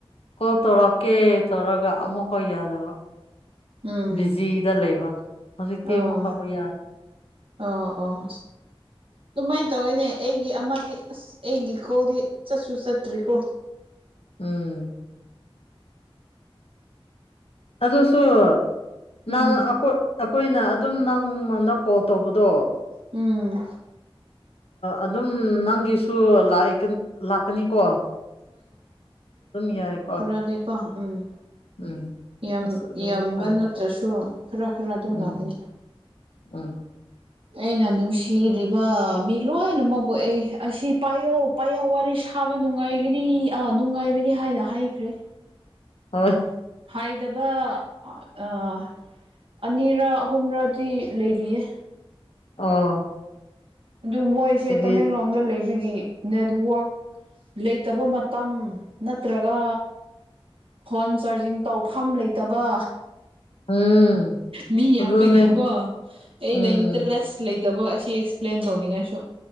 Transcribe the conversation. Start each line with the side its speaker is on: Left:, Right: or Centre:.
Left: ꯀꯣꯜ ꯇꯧꯔꯛꯀꯦ ꯇꯧꯔꯒ ꯑꯃꯨꯛꯀ ꯌꯥꯗꯕ
Right: ꯎꯝ
Left: ꯕꯤꯖꯤꯗ ꯂꯩꯕ ꯍꯧꯖꯤꯛꯇꯤ
Right: ꯑꯣ
Left: ꯑꯃꯨꯛꯀ ꯌꯥꯔꯦ
Right: ꯑꯣ ꯑꯣ ꯑꯗꯨꯃꯥꯏ ꯇꯧꯋꯦꯅꯦ ꯑꯩꯒꯤ ꯑꯃꯗꯤ ꯑꯁ ꯑꯩꯒꯤ ꯀꯣꯜꯗꯤ ꯆꯠꯁꯨ ꯆꯠꯇ꯭ꯔꯤꯀꯣ
Left: ꯎꯝ ꯑꯗꯨꯁꯨ ꯅꯪ
Right: ꯎꯝ
Left: ꯑꯩꯈꯣꯏꯅ ꯑꯗꯨꯝ ꯅꯪꯉꯣꯟꯗ ꯀꯣꯜ ꯇꯧꯕꯗꯣ
Right: ꯎꯝ
Left: ꯑꯗꯨꯝ ꯅꯪꯒꯤꯁꯨ ꯂꯥꯛꯏ ꯂꯥꯛꯀꯅꯤꯀꯣ ꯑꯗꯨꯝ ꯌꯥꯏꯀꯣ
Right: ꯅꯗꯦꯀꯣ ꯎꯝ
Left: ꯎꯝ
Right: ꯌꯝ
Left: ꯑꯁ ꯑꯗꯨ
Right: ꯌꯝꯕ
Left: ꯍꯥꯏ
Right: ꯅꯠꯇ꯭ꯔꯁꯨ ꯈꯔ ꯈꯔ ꯑꯗꯨꯝ
Left: ꯎꯝ
Right: ꯂꯥꯛꯀꯅꯤ
Left: ꯎꯝ
Right: ꯑꯩꯅ ꯅꯨꯡꯁꯤꯔꯤꯕ ꯃꯤ ꯂꯣꯏꯅꯃꯛꯄꯣ ꯑꯩ ꯑꯁꯤ ꯄꯥꯏꯌꯣ ꯄꯥꯏꯌꯣ ꯋꯥꯔꯤ ꯁꯥꯕ ꯅꯨꯉꯥꯏꯒꯅꯤ ꯑꯥ ꯅꯨꯉꯥꯏꯕꯅꯤ ꯍꯥꯏꯅ ꯍꯥꯏꯈ꯭ꯔꯦ
Left: ꯍꯣꯏ
Right: ꯍꯥꯏꯗꯕ ꯑꯥ ꯑꯅꯤꯔ ꯑꯍꯨꯝꯔꯗꯤ ꯂꯩꯔꯤꯌꯦ
Left: ꯑꯣ
Right: ꯑꯗꯨ ꯃꯣꯏꯁꯦ
Left: ꯍꯥꯏꯗꯤ
Right: ꯇꯃꯦꯡꯂꯣꯡꯗ ꯂꯩꯕꯒꯤ ꯅꯦꯠꯋꯥꯛ ꯂꯩꯇꯕ ꯃꯇꯝ ꯅꯠꯇ꯭ꯔꯒ ꯐꯣꯟ ꯆꯥꯔꯖꯤꯡ ꯇꯧꯐꯝ ꯂꯩꯇꯕ
Left: ꯎꯝ
Right: ꯃꯤ ꯌꯥꯝꯕꯒꯤꯀꯣ
Left: ꯑꯗꯨꯅꯦ
Right: ꯑꯩꯅ
Left: ꯎꯝ
Right: ꯏꯟꯇꯔꯦꯁ ꯂꯩꯇꯕ ꯑꯁꯤ ꯄ꯭ꯂꯦꯟ ꯇꯧꯅꯤꯉꯥꯏꯁꯨ